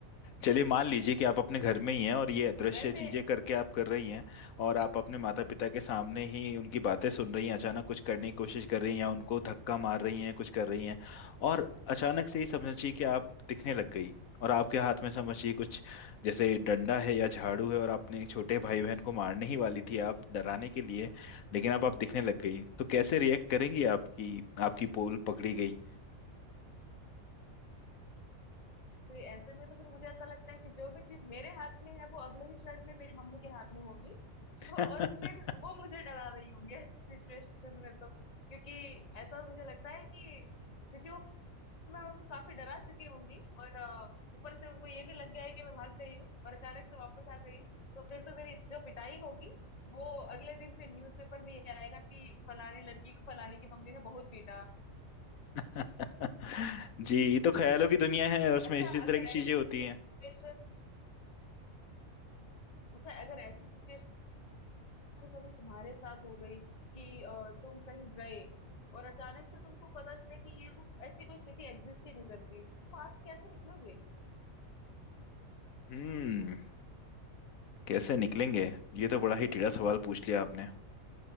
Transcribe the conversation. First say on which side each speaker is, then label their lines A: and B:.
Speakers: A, on the left; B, on the left.
A: चलिए मान लीजिए कि आप अपने घर में ही हैं और ये अदृश्य
B: वैसे
A: चीजें करके आप कर रही हैं और आप अपने माता पिता के सामने ही उनकी बातें सुन रही हैं अचानक कुछ करने की कोशिश कर रही हैं या उनको धक्का मार रही हैं कुछ कर रही हैं और अचानक से ही समझिए कि आप दिखने लग गई और आपके हाथ में समझिए कुछ जैसे डंडा है या झाड़ू है और आपने एक छोटे भाई बहन को मारने ही वाली थी आप डराने के लिए लेकिन अब आप दिखने लग गई तो कैसे रिएक्ट करेंगी आपकी आपकी पोल पकड़ी गई
B: तो ऐसे में तो फिर मुझे ऐसा लगता है कि जो भी चीज मेरे हाथ में है वो अगले ही क्षण में मेरी मम्मी के हाथ में होगी
A: <laughs>
B: और फिर वो मुझे डरा रही होंगी ऐसी सिचुएशन में तो क्योंकि ऐसा मुझे लगता है कि क्योंकि वो मैं उनको काफी डरा चुकी होंगी और अ, ऊपर से उनको ये भी लग गया है कि मैं भाग गई हूँ और अचानक से वापस आ गई हूँ तो फिर तो मेरी जो पिटाई होगी वो अगले दिन फिर न्यूज़पेपर में ये आएगा कि फलानी लड़की को फलानी की मम्मी ने बहुत पीटा
A: <laughs> जी ये तो ख्यालों की दुनिया है और उसमें
B: अच्छा
A: इसी तरह
B: अगर
A: की
B: ऐसी
A: चीजें होती
B: सिचुएशन
A: हैं
B: अच्छा अगर ऐसी सिचुएशन अगर कभी तुम्हारे साथ हो गई कि अ, तुम कहीं गए और अचानक से तुमको पता चले कि ये वो ऐसी कोई स्थिति एग्जिस्ट ही नहीं करती तो आप कैसे निकलोगे
A: हम्म कैसे निकलेंगे ये तो बड़ा ही टेढ़ा सवाल पूछ लिया आपने